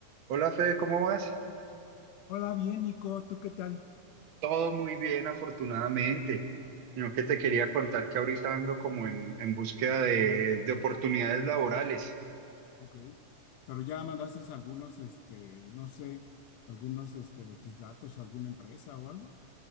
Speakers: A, on the right; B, on the left.
A: Hola Fede, ¿cómo vas?
B: Hola, bien, Nico, ¿tú qué tal?
A: Todo muy bien, afortunadamente. Sino que
B: Qué
A: te
B: bueno,
A: quería contar que ahorita ando como en, en búsqueda de, de oportunidades laborales.
B: ok. Pero ya mandaste algunos, este, no sé, algunos, este, de tus datos a alguna empresa o algo.